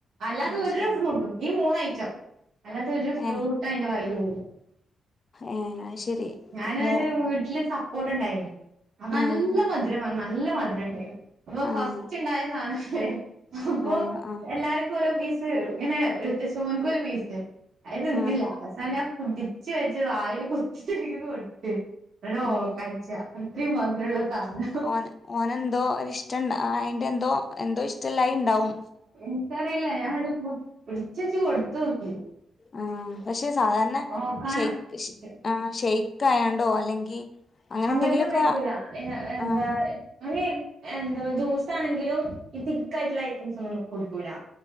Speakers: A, on the right (about 65°); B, on the left (about 40°).
A: അല്ലാതെ
B: അത്
A: ഒരു
B: ശരി
A: ഫ്രൂട്ടും ഈ മൂന്ന് ഐറ്റം അല്ലാതൊരു ഫ്രൂട്ട
B: ഏഹ്
A: യ്ന്റെ വായില് പോവൂല്ല
B: ഏഹ് അത് ശരി
A: ഞാനായിട്ട്
B: മോ
A: വീട്ട്ല് സപ്പോട്ടണ്ടായി അത് നല്ല
B: ആഹ്
A: മധു രമാ ആ നല്ല മധുരണ്ടായിനു അപ്പൊ
B: ആഹ്
A: ഫസ്റ്റിണ്ടായ സാനല്ലേ അപ്പൊ
B: ആഹ് ആഹ്
A: എല്ലാരിക്കും ഓരോ പീസ് ഇത് ഇങ്ങനെ ട്ത്തച്ചൊഓന്ക്കൊരു പീസ് അത് തിന്നില്ല
B: ആഹ്
A: അവസാനംഞാൻ പുടിച്ച് വെച്ച് വായില് കുത്തി തിരികി കൊടുത്ത് എടോ
B: മേ
A: ഓക്കാനിച്ചാ ഇത്രയും മധുരൊള്ള സാധന
B: ഓൻ ഓനെന്തോ അ ഇഷ്ടെണ്ടാ ആ അയിന്റെ ന്തോ എന്തോ ഇഷ്ടല്ലായി ണ്ടാവും
A: എന്ക്കറിയില്ല ഞാനിട് പുട് പിടിച്ചെച്ച് കൊടുത്തോക്കി
B: ആ പക്ഷെ സാധാരണ
A: ഓക്കാനം
B: ഷേയ് ഷ് ആ ഷേയ്ക്കായാണ്ടോ അല്ലെങ്കി അങ്ങനെ
A: അങ്ങൻത്തൊംകഴിക്കൂല
B: എന്തെങ്കിലൊക്കെ
A: എ എന്താ
B: ആഹ്
A: എ ഓന് എന്താപൊ ജ്യൂസാണെങ്കിലും ഈ തിക്കായിട്ടുള്ള ഐറ്റംസൊന്നും <unintelligible> കൊടുക്കൂല്ല